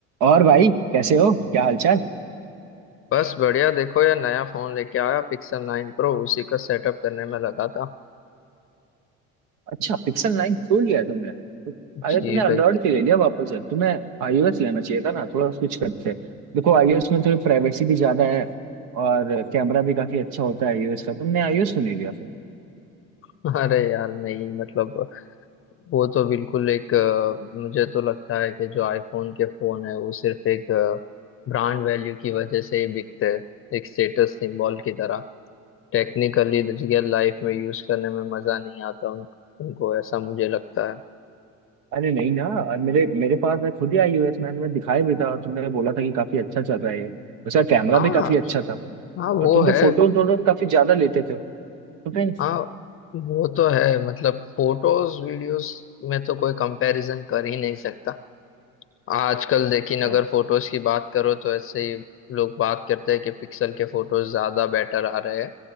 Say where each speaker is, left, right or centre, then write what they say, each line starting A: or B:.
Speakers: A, on the right; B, on the left.
A: और भाई कैसे हो क्या हालचाल
B: बस बढ़िया देखो यार नया फोन लेके आया पिक्सल 9 प्रो उसी का सेटअप करने में लगा था
A: अच्छा पिक्सल नाइन प्रो लिया है तुमने तो-
B: जी
A: अरे तुमने एंड्रॉइड
B: भाई
A: क्यों ले लिया वापस से तुम्हें आईओएस लेना चाहिए था ना थोड़ा स्विच करते देखो आईओएस में थोड़ी प्राइवेसी भी ज्यादा है और कैमरा भी काफी अच्छा होता है आईओएस का तुमने आईओएस क्यों नहीं लिया फिर
B: <laughs> अरे यार नहीं मतलब वो तो बिल्कुल एक अ, मुझे तो लगता है कि जो आईफोन के फोन है वो सिर्फ एक ब्रांड वैल्यू की वजह से ही बिकते हैं एक स्टेटस सिंबल की तरह टेक्निकली रियल लाइफ में यूज करने में मजा नहीं आता उनको उनको ऐसा मुझे लगता है
A: अरे नहीं ना और मेरे मेरे पास मैं खुद ही आईओएस मैंने तुम्हें दिखाया भी था और तुमने बोला था कि काफी अच्छा चल रहा है ये उसका कैमरा
B: हाँ
A: भी काफी अच्छा था
B: हाँ वो
A: और तुम तो
B: है
A: फोटो वोटो काफी ज्यादा लेते थे तो फिर
B: हाँ वो तो है मतलब फोटोज वीडियोस में तो कोई कंपैरिजन कर ही नहीं सकता आजकल लेकिन
A: हाँ
B: अगर फोटोज की बात करो तो ऐसे ही लोग बात करते हैं कि पिक्सल के फोटोज ज्यादा बेटर आ रहे हैं